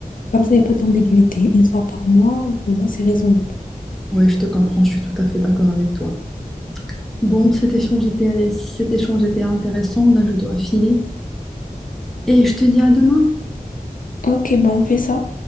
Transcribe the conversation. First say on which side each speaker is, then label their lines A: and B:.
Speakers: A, on the left; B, in the centre.
A: Comme ça, il n'y a pas d'ambiguïté. Une fois par mois, pour moi, c'est raisonnable.
B: Oui, je te comprends, je suis tout à fait d'accord avec toi. Bon, cet échange était, cet échange était intéressant. Là, je dois filer. Et je te dis à demain.
A: Ok, ben on fait ça.